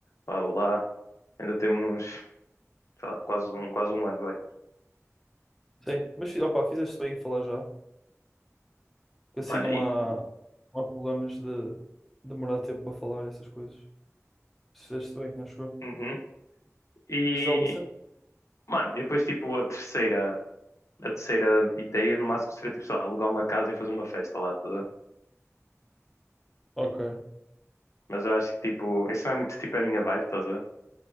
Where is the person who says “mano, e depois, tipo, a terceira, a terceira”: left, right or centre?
Left